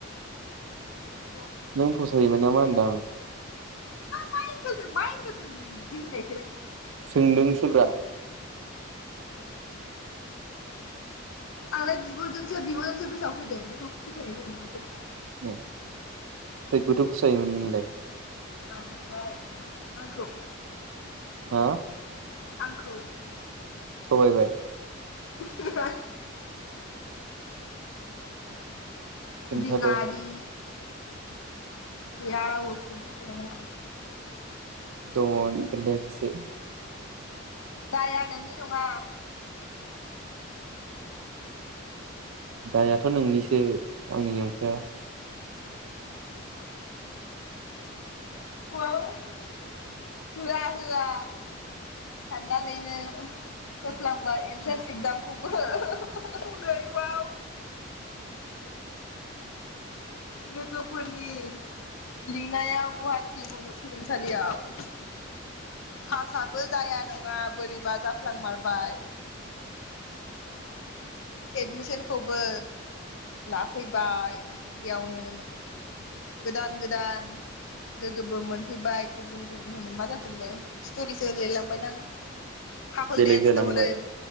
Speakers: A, on the left; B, on the right.
A: <unintelligible>
B: नों फसायोमोन नामा होनदां?
A: मा एंगोलजों मा एंगोलजों बिदि होननायखो
B: सोंदोंसोब्रा
A: आंलाय बिब'जोंसो बिब'जोंसो गोसोआव फैदों बेखौ फसायनाय जायो नामा सोरबा
B: उम बै गुदु फसायोमोन नोंलाय
A: <unintelligible> आंखौ
B: हा
A: <inaudible> आंखौ
B: थगायबाय
A: ओहोहो
B: खोन्थाद'
A: दिनारि गैया रावबो फन‌ थुदोमोन आं
B: दंङ नों खोनथायाखैसो
A: दाया नोंनि नंङा
B: दाययाथ' नोंनिसो आंनि नोंखाया
A: <unintelligible> होआ होआ साननानैनो होफ्लांबा एन्ट्रेन्स एक्जामखौबो नैबाव लोगोफोरनि लिंनायाव गुवाहाटि मुलुगसोलोंसालियाव फासआबो जाया नंङा बोरैबा जाफ्लांमारबाय एडमिसनखौबो लाफैबाय इयावनो गोदान गोदान लोगोबो मोनफैबाय गुबुन गुबुन मा जाखो बेलाय स्ट'रिसो लिरलांबाय दां खाफोल
B: बेलेग
A: देन्स
B: जालांबाय
A: दङनो